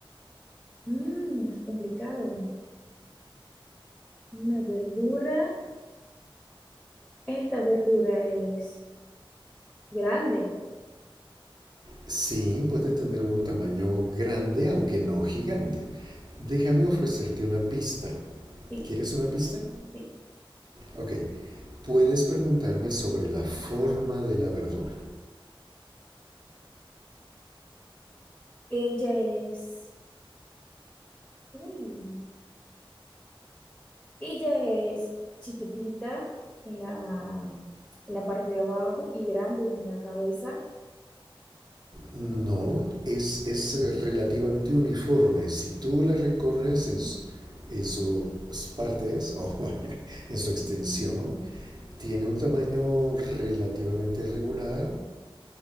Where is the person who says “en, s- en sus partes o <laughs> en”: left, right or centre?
Right